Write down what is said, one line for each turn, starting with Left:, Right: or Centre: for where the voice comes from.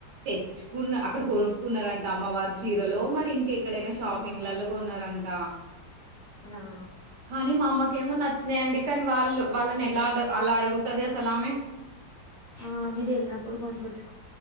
Right: తెచ్చుకున్న అక్కడ కొనుక్కున్నారంటే అమ్మవారు చీరలో మరి ఇంక ఎక్కడైనా షాపింగ్
Left: ఆహా
Right: లలో కొన్నారంట
Left: ఆ
Right: కాాని మమా క ఏమ నచ్చినాయండి కానీ వాళ్ళు వాళ్ళని ఎలా అలా అడుగుతుది అసలుమెే
Left: ఆ మీరు వెళ్ళినప్పుడు కొనుకొచ్చు